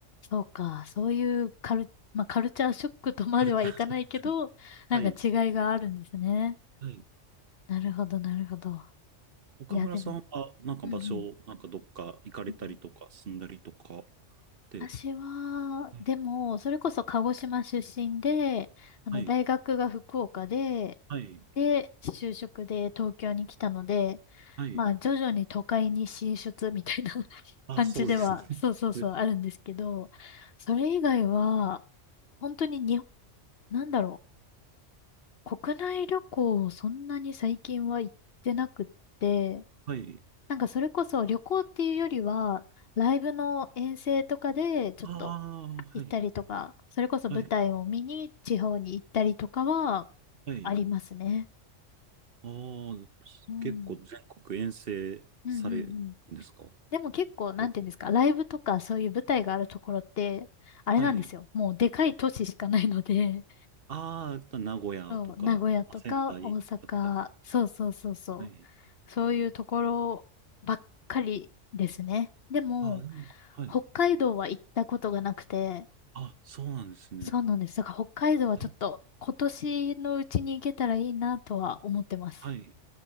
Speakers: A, on the left (about 60°); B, on the right (about 55°).
A: そうか。そういうカル、まあ、カルチャーショックとまではいかないけど、
B: あれ、違う。
A: なんか違いがあるんですね。
B: はい。はい。
A: なるほど、なるほど。
B: 岡村さんは、
A: いや、でも。
B: なんか場所、
A: うんうん。
B: なんかどっか行かれたりとか、
A: うん
B: 住んだりとかって、
A: 私は、
B: はい
A: でも、それこそ鹿児島出身で、あの、
B: はい、
A: 大学が福岡で、
B: はい、
A: で、就職で東京に来たので、
B: はい。
A: まあ、徐々に都会に進出みたいな <laughs>
B: あ、
A: 感じでは、
B: そうですね。
A: そうそうそう、
B: <laughs> じゃ
A: あるんですけど、それ以外は、本当に日本、なんだろう、国内旅行をそんなに最近は行ってなくって、
B: はい。
A: なんかそれこそ旅行っていうよりは、ライブの遠征とかでちょっと
B: ああ、はい、
A: 行ったりとか、それこそ舞台を見に地方に行ったりとかは
B: はい、はい。
A: ありますね。
B: ああ、
A: うん。
B: 結構全国遠征されるんですか
A: うんうんうんでも結構、なんていうんですか、
B: うん
A: ライブとかそういう舞台があるところって、あれなんですよ。
B: はい。
A: もうでかい都市しかないので、
B: ああ、名古屋とか、
A: <laughs> そう、名古屋とか大阪、
B: まあ仙台だったりとか。
A: そうそうそうそう、
B: はい。
A: そういうところばっかりですね。でも、
B: ああ、でもはい。
A: 北海道は行ったことがなくて、
B: あ、そうなんですね。
A: そうなんです。だから北海道はちょっと今年のうちに行けたらいいなとは思ってます。
B: はい、はい。